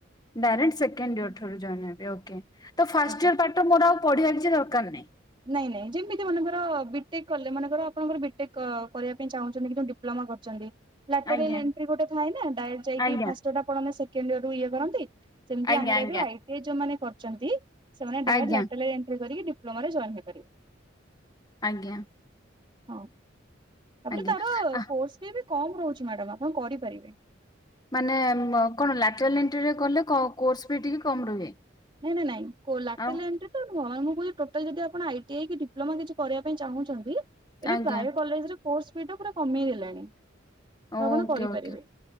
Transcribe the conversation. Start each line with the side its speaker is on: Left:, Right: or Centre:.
Left: ଡାଇରେକ୍ଟ ସେକେଣ୍ଡ ଇୟର୍ ଠାରୁ ଜଏନ୍ ହେବେ, ଓକେ, ତ ଫାଷ୍ଟ
Right: ଆଜ୍ଞା
Left: ଇୟର୍ ପାଠ ମୋର ଆଉ ପଢ଼ିବାର କିଛି ଦରକାର ନାହିଁ?
Right: ନାଇଁ ନାଇଁ ଯେମିତି ମନେକର ବିଟେକ୍ କଲେ, ମନେକର ଆପଣଙ୍କର ବିଟେକ୍ କ-କରିବା ପାଇଁ ଚାହୁଁଛନ୍ତି କିନ୍ତୁ ଡିପ ପ୍ଲୋମା କରିଛନ୍ତି। ଲାଟେରିଲ୍
Left: ଆଜ୍ଞା
Right: ଏଣ୍ଟ୍ରି ଗୋଟେ ଥାଏ ନା ଡାଇରେକ୍ଟ ଯାଇକି
Left: ଆଜ୍ଞା
Right: ଫାଷ୍ଟ ଇୟର୍ ଟା ଆପଣ ମାନେ ସେକେଣ୍ଡ ଇୟର୍ ରୁ ଇଏ କରନ୍ତି। ସେମତି
Left: ଆଜ୍ଞା
Right: ଆମର ଏବେ
Left: ଆଜ୍ଞା।
Right: ଆଇଟିଆଇ ଯୋଉମାନେ କରଚନ୍ତି, ସେମାନେ ଡାଇରେକ୍ଟ
Left: ଆଜ୍ଞା
Right: ଲାଟାଲାର ଏଣ୍ଟ୍ରି କରିକି ଡିପ୍ ପରେ ଜଏନ୍ ହେଇପାରିବେ।
Left: ଆଜ୍ଞା।
Right: ହଁ ତାପରେ
Left: ଆଜ୍ଞା।
Right: ତାର
Left: ଆ
Right: କୋର୍ସ ସିଏ ବି କମ ରହୁଛି ମ୍ୟାଡ଼ାମ୍ ଆପଣ କରିପାରିବେ।
Left: ମାନେ ଉଁ, ଅ, କଣ ଲାଟରାଲ୍ ଏଣ୍ଟ୍ରି ରେ କଲେ କ-କୋର୍ସ ବି ଟିକେ କମ୍ ରୁହେ?
Right: ନା ନା ନାଇଁ କୋ- ଲାଟରାଲ୍
Left: ଆଉ
Right: ଏଣ୍ଟ୍ରି ତ ମୋ ମାନେ ମୁଁ କହୁଛି ଟୋଟାଲ ଯଦି ଆପଣ ଆଇଟିଆଇ କି ଡିପ୍ଲୋମା କିଛି କରିବା ପାଇଁ ଚାହୁଁଛନ୍ତି। ଏବେ
Left: ଆଜ୍ଞା
Right: ପ୍ରାୟ କଲେଜ୍ ରେ କୋର୍ସ ବି ତ ପୁରା କମେଇ ଦେଲାଣି। ତ
Left: ଓକେ
Right: ଆପଣ କରିପାରିବେ।
Left: ଓକେ